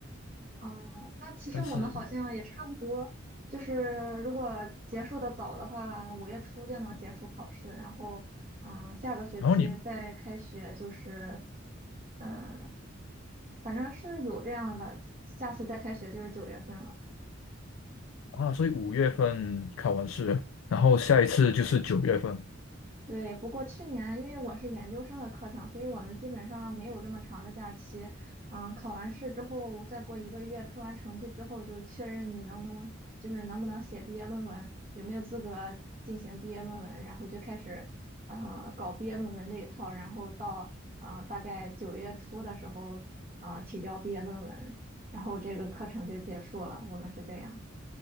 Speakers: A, on the right; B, on the left.
A: 哦那其实我们好像也差不多，
B: 但是
A: 就是如果结束的早的话，五月初就能结束考试，然后，嗯，下个学期再开学就是，
B: 然后你
A: 嗯，反正是有这样的，下次再开学就是九月份了。
B: 啊，所以五月份考完试了然后下一次就是九月份，
A: 对，不过去年因为我是研究生的课程，所以我们基本上没有这么长的假期。嗯，考完试之后，再过一个月出完成绩之后，就确认你能不能，就是能不能写毕业论文，有没有资格进行毕业论文，然后就开始呃搞毕业论文这一套，然后到呃大概九月初的时候，呃提交毕业论文，然后这个课程就结束了。我们是这样。